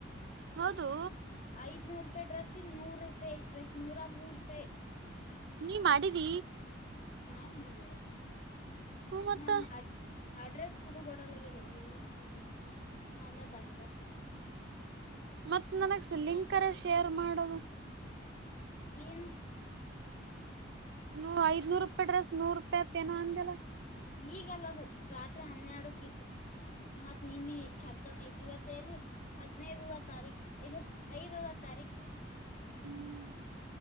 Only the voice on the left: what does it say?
ಐದ್ನೂರು ರೂಪಾಯಿ ಡ್ರೆಸ್ಸಿಗೆ ನೂರುಪಾಯ್ ಡ್ರೆಸ್ ನೂರಾ ಮೂರುಪಾಯ್.
ನಾಏನ್ ಮಾಡ್ಲಿವ
ನಾವ್ ಮಾಡ್ ಅಡ್ರೆಸ್ ಕುಡುಗೊಡಲಗೆ ರೇವಿ ಏನ್ ಮಾಡ್ಲಾ ನಾ ಎಲ್ಲ ದನಗರ್ಸಾಕಿನಿ
ಏನೂ.
ಈಗಲ್ಲದು ರಾತ್ರಿ ಹನ್ನೆರಡಕ್ಕ ಇತ್ತು ಮತ್ತ್ ನಿನ್ನ ಚಂತನ ಇತಿ ಇವತ್ತು ಹದಿನೈದರ ತಾರೀಖ ಇದು ಐದರ ತಾರೀಕು